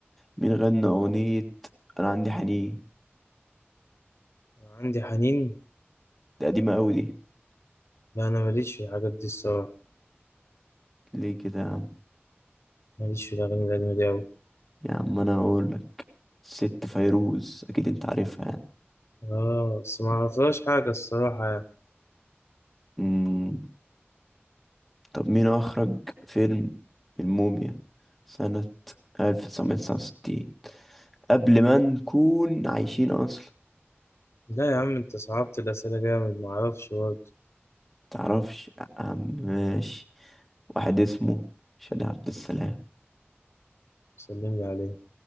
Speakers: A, in the centre; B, on the left.
A: مين غنى أغنية أنا عندي حنين
B: أنا عندي حنين
A: ده قديمة أوي دي
B: لا انا ماليش في الحاجات دي الصراحه
A: ليه كده يا عم
B: ماليش في الاغاني القديمه دي قوي
A: يا عم أنا هقولك ست فيروز أكيد أنت عارفها يعني
B: اه بس ما اعرفلهاش حاجه الصراحه يعني.
A: مم. طب مين أخرج فيلم الموميا سنة 1969 قبل ما نكون عايشين أصلا
B: لا يا عم انت صعبت الاسئله جامد ما اعرفش برضه
A: متعرفش يا عم ماشي واحد اسمه شادي عبد السلام
B: سلم لي عليه